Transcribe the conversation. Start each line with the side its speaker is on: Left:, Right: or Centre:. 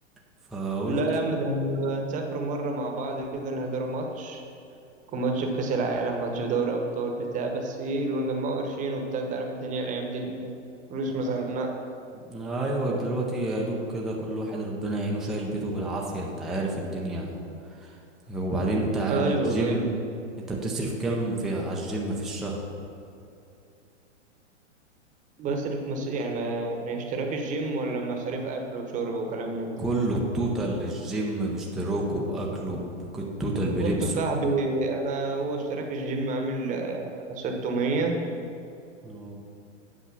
Centre: فقلت
Right: لا يا عم ده هنبقى نسافروا مرة مع بعض كده نهدروا ماتش يكون ماتش في كأس العالم ماتش في دوري أبطال بتاع بس إيه اللي جمعوا قرشين وبتاع أنت عارف الدنيا الأيام دي الفلوس
Centre: آه،
Right: مزنقة
Centre: ايوه دلوقتي يا دوب كده كل واحد ربنا يعينه شايل بيته بالعافية انت عارف الدنيا وبعدين انت على
Right: أيوه
Centre: الجيم
Right: أيوه
Centre: انت بتصرف كام في على الجيم في الشهر
Right: بصرف مص... يعني ما... ما اشتراك الجيم ولا مصاريف أكل وشرب وكلام من ده
Centre: كله التوتال للجيم باشتراكه باكله بك- التوتال بلبسه
Right: بص يا صاحبي أنا هو اشتراك الجيم عامل آه، 600
Centre: اه